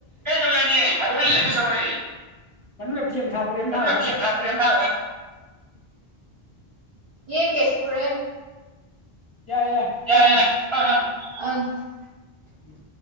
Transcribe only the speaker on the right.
ꯀꯩꯅꯣꯇꯧ ꯌꯥꯅꯤꯌꯦ ꯊꯗꯣꯛꯑꯂꯤꯠꯂꯗꯤ ꯀꯩꯁꯨꯇꯧꯔꯣꯏꯌꯦ
ꯃꯅꯨꯡꯗ
ꯐꯤ ꯑꯃ ꯊꯥꯔꯒ ꯐꯨꯔꯤꯠ ꯑꯃ ꯊꯥꯔꯒ ꯌꯦꯡꯒꯦ ꯍꯣꯔꯦꯟ
ꯌꯥꯔꯦ
ꯌꯥꯔꯦ ꯊꯝꯃꯣ ꯊꯝꯃꯣ